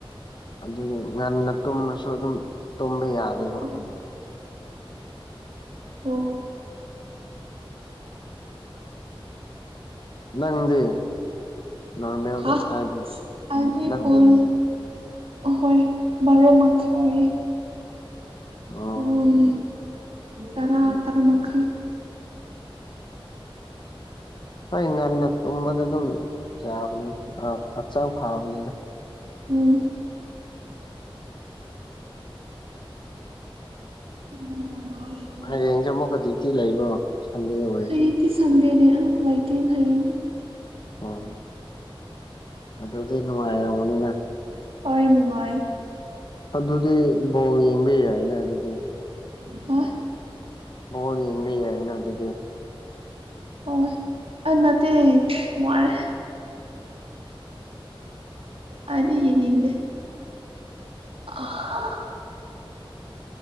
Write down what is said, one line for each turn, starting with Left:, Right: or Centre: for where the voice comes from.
Left: ꯑꯗꯨꯅꯤ ꯉꯟꯅ ꯇꯨꯝꯃꯁꯨ ꯑꯗꯨꯝ ꯇꯨꯝꯕ ꯌꯥꯗꯦꯕ
Right: ꯑꯣ ꯑꯣ
Left: ꯅꯪꯗꯤ ꯅꯣꯔꯃꯦꯜꯗ
Right: ꯍ
Left: ꯍꯥꯏꯗꯤ
Right: ꯑꯩꯗꯤ
Left: ꯅꯪꯗꯤ
Right: ꯄꯨꯡ ꯍꯣꯏ ꯕꯔꯣ ꯃꯈꯥꯏ
Left: ꯑꯣ
Right: ꯄꯨꯡ‌ ꯇꯔꯥ ꯇꯔꯥ ꯃꯈꯥꯏ
Left: ꯍꯣꯏ ꯉꯟꯅ ꯇꯨꯝꯕꯗꯤ ꯑꯗꯨꯝ ꯌꯥꯕꯅꯤ ꯑ ꯑꯆꯥꯡ ꯐꯥꯕꯅꯤꯗ
Right: ꯎꯝ <inaudible>
Left: ꯍꯌꯦꯡꯁꯦ ꯑꯃꯨꯛꯀ ꯗꯤꯌꯨꯇꯤ ꯂꯩꯕ꯭ꯔꯣ ꯁꯟꯗꯦ ꯑꯣꯏ
Right: ꯍꯌꯦꯡꯗꯤ ꯁꯟꯗꯦꯅꯦ ꯂꯩꯇꯦꯅ ꯍꯌꯦꯡꯗꯤ
Left: ꯑꯣ ꯑꯗꯨꯗꯤ ꯅꯨꯡꯉꯥꯏꯔꯝꯒꯅꯤꯅ
Right: ꯍꯣꯏ ꯅꯨꯡꯉꯥꯏꯌꯦ
Left: ꯑꯗꯨꯗꯤ ꯕꯣꯜ ꯌꯦꯡꯕ ꯌꯥꯏꯅ ꯑꯗꯨꯗꯤ
Right: ꯍꯥ
Left: ꯕꯣꯜ ꯌꯦꯡꯕ ꯌꯥꯏꯅ ꯑꯗꯨꯗꯤ
Right: ꯍꯣꯏ ꯑ ꯅꯠꯇꯦ ꯋꯥꯔꯦ ꯑꯩꯗꯤ ꯌꯦꯅꯤꯡꯗꯦ <inaudible>